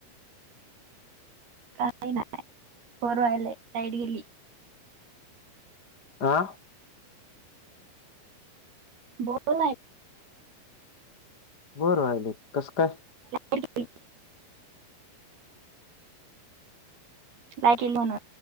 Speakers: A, on the right; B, on the left.
A: काही नाही बरवायला लाईट गेली.
B: आ.
A: बोर व्हायले.
B: बोर व्हायले कस काय.
A: <inaudible> बाय की लोणार.